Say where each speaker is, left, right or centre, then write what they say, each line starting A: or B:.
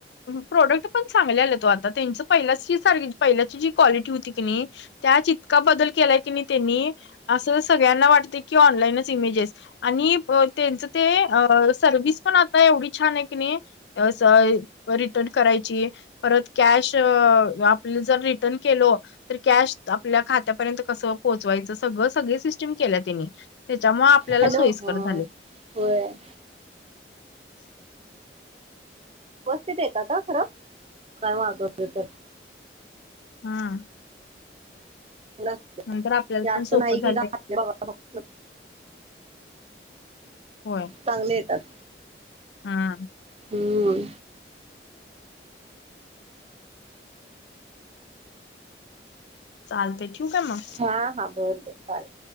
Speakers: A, on the left (about 75°); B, on the right (about 35°).
A: प्रोडक्ट पण चांगले आलेत ओ आता त्यांच पहिल्याची सार पहिल्याची जी क्वालिटी होती की नाही- त्यात इतका बदल केलाय की नाही त्यांनी असं सगळ्यांना वाटते की ऑनलाईनच इमेजेस आणि त्यांचं ते सर्विस पण आता एवढी छान आहे की नाही- रिटर्न करायची परत कॅश आपली जर रिटर्न केलो तर कॅश आपल्या खात्यापर्यंत कस पोहोचवायचं सगळं सगळी सिस्टीम केल्या त्यांनी. त्याच्यामुळे आपल्याला
B: हॅलो
A: सोयीस्कर
B: ह
A: झाले.
B: होय.
A: <inaudible>
B: व्यवस्थित येतात हं खर काय वाग तर
A: हां.
B: तर
A: नंतर आपल्याला पण
B: असं
A: सोपं
B: नाही की
A: झालंय.
B: घातले बाबा
A: होय.
B: चांगले येतात.
A: हम.
B: हुं.
A: चालतय ठेऊ काय मग?
B: हां हां बर बर चालेल.